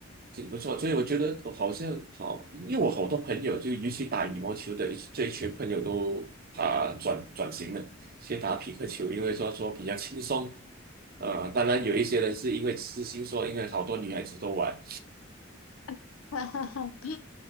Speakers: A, on the right (about 45°); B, on the left (about 85°).
A: 挺不错，所以我觉得好像好，因为我好多朋友就尤其打羽毛球的一这一群朋友都啊转转型了，先打匹克球，因为说说比较轻松。呃，当然有一些人是因为私心说，因为好多女孩子都玩。
B: <laughs> 哈哈哈，<laughs> 笑